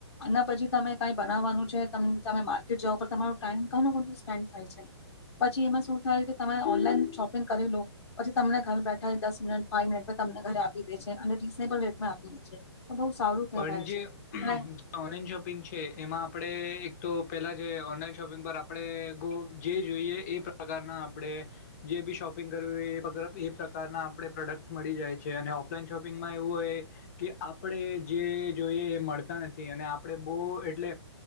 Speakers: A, on the left; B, on the left.
A: અને પછી તમે કઈ બનાવવાનું છે તમ તમે માર્કેટ જાઓ પર તમારો ટાઈમ ઘણું બધું સ્પેન્ડ થાય છે. પછી એમાં શું થાય કે તમે ઓનલાઈન શોપિંગ કરી લો પછી તમને ઘર બેઠા દસ મિનિટ ફાઈવ મિનિટ પર તમને ઘરે આપી દે છે. અને રીઝનેબલ રેટમાં આપી દે છે. તો બહુ સારું કહેવાય
B: પણ જે
A: છે અને
B: ઓનલાઈન શોપિંગ છે એમાં આપડે તો પેલા જે ઓ પિંગ પર આપડે ગો જે જોઈએ એ પ્રકારના આપડે જે બી શોપ પિંગ કરવી <unintelligible> એ પ્રકારના આપડે પ્રોડક્ટસ મળી જાય છે. અને ઓફલાઈન શોપિંગમાં એવું હોય કે આપડે જે જોઈએ એ મળતા નથી. અને આપડે બઉ એટલે